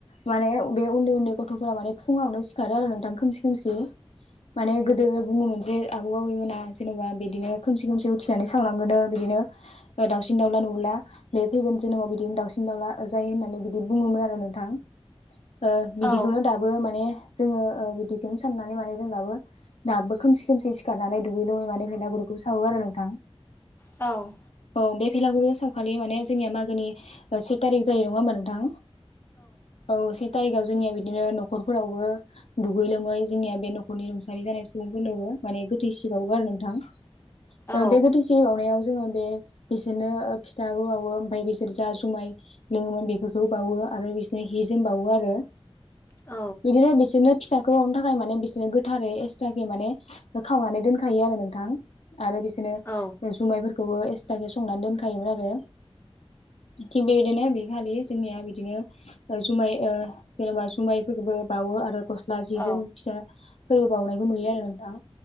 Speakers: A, on the left; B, on the left.
A: माने बे उन्दै उन्दै गथ'फोरा माने फुङावनो सिखारो आरो नोंथां खोमसि खोमसि माने गोदो बुङोमोन जे आबौ आबैमोना जेन'बा बिदिनो खोमसि खोमसि उथिनानै सावनांगोनो बिदिनो दाउसिन दाउला नुला बे फैगोन जोनोमाव बिदिनो दाउसिन दाउला जायो होननानै बि बिदि बुङोमोन आरो नोंथां ओ
B: औ
A: बिदिखौनो दाबो माने जोङो बिदिखौनो साननानै माने जों दाबो दाबो खोमसि खोमसि सिखारनानै दुगै लोबै माने बेलागुरखौ सावो आरो नोंथां
B: औ
A: औ बे भेलागुरखौ सावखालि माने जोंनिया मागोनि से थारिख जायो नङा ओमबा नोंथां? औ से थारिखाव जोंनिया बिदिनो न'खरफोरावबो दुगै लोमै जोंनिया बे न'खरनि रुंसारि जानाय सुबुंफोरनोबो माने गोथैसि बाउवो आरो नोंथां
B: औ
A: ओ बे गोथैसि बाउनायाव जोङो बे बिसोरनो फिथाबो बाउवो ओमफ्राय बिसोर जा जुमाइ लोङोमोन बेफोरखौ बाउवो आरो बिसोरनो हि जोम बाउवो आरो
B: औ
A: बिदिनो बिसोरनो फिथाखौ बाउनो थाखाय माने बिसोरनो गोथारै एक्सट्राके माने खावनानै दोनखायो आरो नोंथां आरो बिसोरनो
B: औ
A: जुमाइफोरखौबो एक्सट्रासे संनानै दोनखायोमोन आरो थिग बेबायदिनो बे खालि जोंनिया बिदिनो जुमाइ ओ जेनेबा जुमाइफोरबो बाउवो आरो खस सि्ला जि
B: औ
A: जोम फिथा फोरबो बाउनायखौ नुयो आरो नोंथां।